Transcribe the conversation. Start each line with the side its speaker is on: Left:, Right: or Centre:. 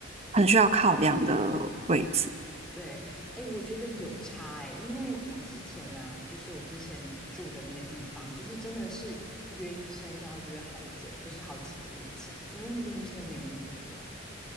Right: 很需要考量的位置。
Centre: 对，哎，我觉得有差哎，因为我之前啊，就是我之前住的那个地方，就是真的是约医生都要约好久，就是好几个月前，因为那边医生没有那么多，